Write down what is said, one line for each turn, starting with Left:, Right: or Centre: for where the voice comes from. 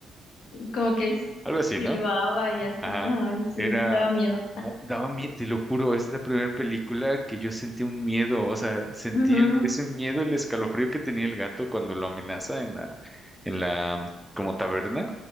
Left: como que
Centre: algo así,
Left: silbaba
Centre: ¿no?
Left: y así.
Centre: Ajá,
Left: Ay, sí,
Centre: era,
Left: daba miedo.
Centre: oh, daba miedo, te lo juro, es la primera película que yo sentí un miedo, o sea, sentí
Left: Ujú,
Centre: el- ese miedo, el escalofrío que tenía el gato cuando lo amenaza en la, en la, como taberna.